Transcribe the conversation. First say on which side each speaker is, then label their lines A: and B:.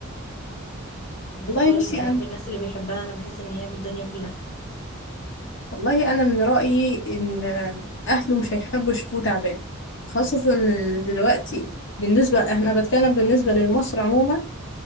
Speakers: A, on the left; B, on the left.
A: أم، انه
B: والله
A: يختار
B: بصي
A: يبقى جنب
B: انا
A: الناس اللي بيحبها انا بحس ان هي بالدنيا كلها
B: والله انا من رايي ان اهله مش هيحبوا يشوفوه تعبان خاصه ان دلوقتي بالنسبه احنا بتكلم بالنسبه لمصر عموما